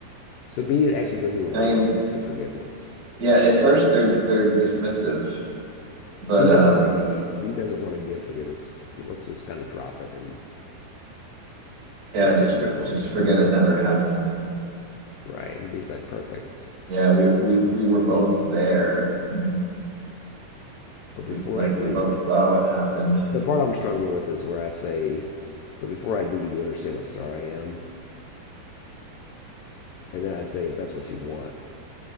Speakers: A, on the left (about 80°); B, on the right (about 50°).
A: So B actually doesn't even
B: I mean,
A: want the forgiveness.
B: yeah, at first they're they're dismissive, but
A: B
B: um
A: doesn't want to be. B doesn't want to give forgiveness. It wants to just kind of drop it and
B: yeah,
A: drop
B: just
A: it and
B: for,
A: move on.
B: just
A: Perfect.
B: forget it never happened.
A: Right. And B's like, perfect.
B: Yeah, we we we were both there. Mm.
A: But
B: We
A: before
B: like
A: I do,
B: we
A: you
B: both
A: do
B: saw what happened.
A: The part I'm struggling with is where I say, "But before I do, you do understand how sorry I am," and then I say, "If that's what you want."